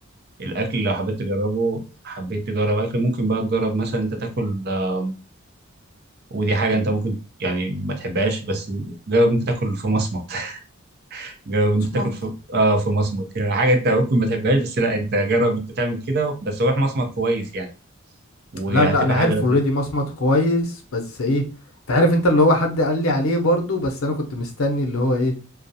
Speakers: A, on the right; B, on the left.
A: الأكل لو حبيت تجربه حبيت تجرب أكل ممكن بقى تجرب مثلا أنت تاكل آه، ودي حاجة أنت ممكن يعني ما تحبهاش بس جرب أنت تاكل في مصمت <laughs> جرب
B: مصمت
A: أنت تاكل في آه في مصمت يعني حاجة أنت ممكن ما تحبهاش بس لا أنت جرب أنت تعمل كده بس روح مصمت كويس يعني وهتبقى
B: لا لا انا عارف
A: حاجة لطيفة
B: اوريدي مصمت كويس بس ايه انت عارف انت اللي هو حد قال لي عليه برضو بس انا كنت مستني اللي هو ايه